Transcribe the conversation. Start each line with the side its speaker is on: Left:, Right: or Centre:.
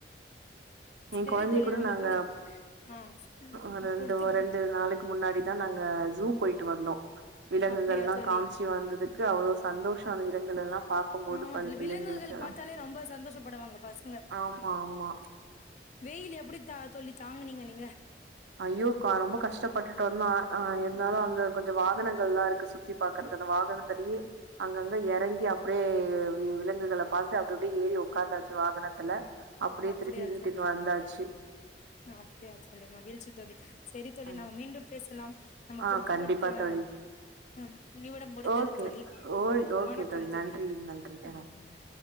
Right: ஏ
Left: செரி
Right: குழந்தைக்கு
Left: தோழி
Right: கூட
Left: நம்ம
Right: நாங்க
Left: குடுத் ஆ
Right: ஆ ரெண்டு
Left: குடுத்து
Right: ஒரு
Left: புட்ச்
Right: ரெண்டு நாளக்கு முன்னாடி தான் நாங்க ஜூ போய்ட்டு வந்தோம் விலங்குகள்
Left: அப்டியா
Right: ல்லா
Left: தோழி
Right: காமிச்சி வந்தது க்கு அவ்ளோ சந்தோஷ அதுங்க இடங்கள் எல்லா பாக்கும்போது
Left: ஆமா
Right: பல்
Left: தோழி
Right: பிள்ளைங்களுக்கு
Left: விலங்குகள் பாத்தாலே ரொம்ப சந்தோஷப்படுவாங்க பசங்க
Right: ஆமா ஆமா
Left: வெயில் எப்டி த தோழி தாங்கனீங்க நீங்க
Right: ஐயோ ரொம்ப கஷ்டப்பட்டுட்டு வந்தா அவன் ஆ இருந்தாலு அங்க கொஞ்சோ வாகனங்கள்லா இருக்கு சுத் சுத்தி பாக்றது அந்த வாகனத்துலயே அங்கங்க இறங்கி அப்டியே விலங்குகளை பாத்து அப்டி அப்டியே ஏறி உக்காந்தாச்சு வாகனத்துல அப்டியே
Left: அப்டியா
Right: திருப்பி வீட்டுக்கு
Left: தோழி
Right: வந்தாச்சு
Left: அப்டியா தோழி மகிழ்ச்சி தோழி சரி தோழி
Right: ம்
Left: நாம மீண்டும் பேசலாம் நம்ம
Right: ஆ
Left: குடுத்துகிட்ட
Right: கண்டிப்பா
Left: ஆ
Right: தோழி
Left: இன்னையோட முடிந்தது
Right: ஓகே
Left: தோழி
Right: ஓ ஓகே
Left: வணக்கம் தோழி
Right: நன்றி நன்றி
Left: ம்
Right: ஆ
Left: ம்